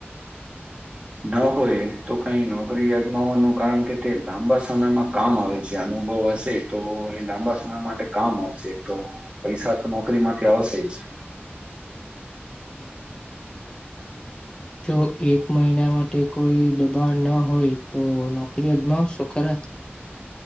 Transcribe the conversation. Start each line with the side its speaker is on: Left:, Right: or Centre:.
Right: ન હોય તો કઈ નોકરી અજમાવાનું કારણ કે તે લાંબા સમયમાં કામ આવે છે અને અનુભવ હશે તો એ લાંબા સમય માટે કામ આવશે તો પૈસા તો નોકરીમાંથી આવશે જ <unintelligible>
Left: જો એક મહિના માટે કોઈ દબાણ ન હોય તો નોકરી અજમાવશો ખરા